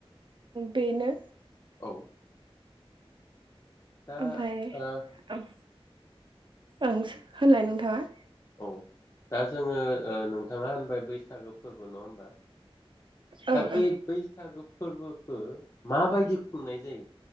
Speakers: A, on the right; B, on the left.
A: बेनो
B: औ दा
A: ओमफाय
B: ओ
A: ओम ओंस होनलाय नोंथाङा
B: औ। दा जोङो ओ नोंथाङा होनबाय बैसागो फोरबो नङा होमबा?
A: ओं
B: दा बै
A: ओं
B: बैसागो फोरबोखो माबायदि खुंनाय जायो